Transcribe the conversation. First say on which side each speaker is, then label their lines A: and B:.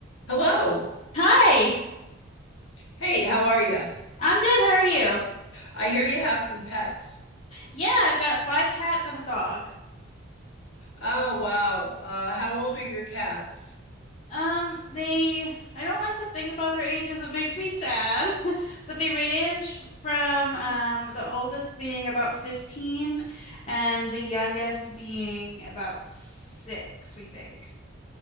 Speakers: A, on the left; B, on the left.
A: Hello.
B: Hi,
A: Hey, how are you?
B: I'm good. How are you?
A: I hear you have some pets.
B: Yeah, I've got five cats and a dog.
A: Oh, wow. Uh, how old are your cats?
B: Um, they, I don't like to think about their ages. It makes me sad. <laughs> But they range from um the oldest being about 15 and the youngest being about six, we think.